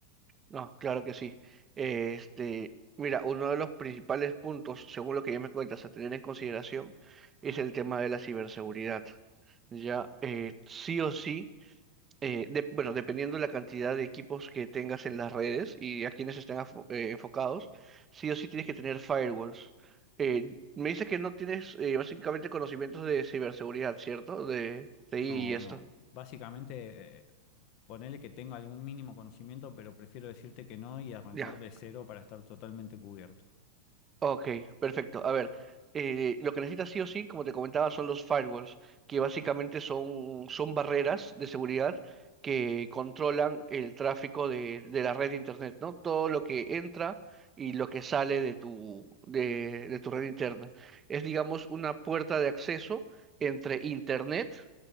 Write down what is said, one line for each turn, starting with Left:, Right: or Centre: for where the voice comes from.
Right: No, claro que sí. Este, mira, uno de los principales puntos, según lo que ya me cuentas, a tener en consideración es el tema de la ciberseguridad. Ya, eh, sí o sí, eh, de- bueno, dependiendo de la cantidad de equipos que tengas en las redes y a quienes estén afo- eh, enfocados, sí o sí tienes que tener firewalls. Eh, me dices que no tienes eh, básicamente conocimientos de ciberseguridad, ¿cierto? De TI
Left: No,
Right: y esto.
Left: no, básicamente eh, ponele que tenga algún mínimo conocimiento, pero prefiero decirte que no y arrancar
Right: Ya,
Left: de cero para estar totalmente cubierto.
Right: Ok, perfecto. A ver, eh, lo que necesitas sí o sí, como te comentaba, son los firewalls, que básicamente son, son barreras de seguridad que controlan el tráfico de, de la red de internet, ¿no? Todo lo que entra y lo que sale de tu, de, de tu red interna. Es, digamos, una puerta de acceso entre internet